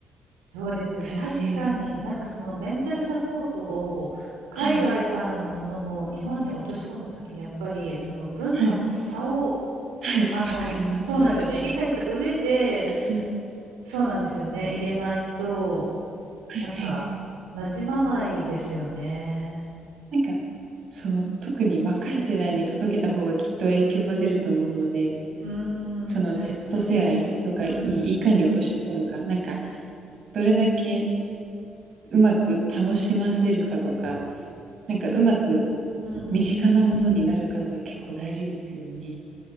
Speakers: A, on the right; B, on the right.
A: そうですよね。
B: 感じ。
A: 確かに、なんかそのメンタルサポートを海外からのものを日本に落とし込むときに、
B: はい、
A: やっぱりその文化の差を、
B: はい、はい、
A: あの、
B: わかります。
A: そうなんですよね。
B: は
A: 理解した上で、
B: い、
A: そうなんですよね。入れないと、
B: はいはい。
A: なんか、馴染まないですよね。
B: なんか、その、特に若い世代に届けた方がきっと影響が出ると思うので、
A: うー
B: その
A: ん、確かに。
B: Z 世代とかにいかに落とし込むか、
A: うんうんうん。
B: なんか、どれだけうまく楽しませるかとか、なんかうまく
A: うんうん。
B: 身近なものになるかとか結構大事ですよね。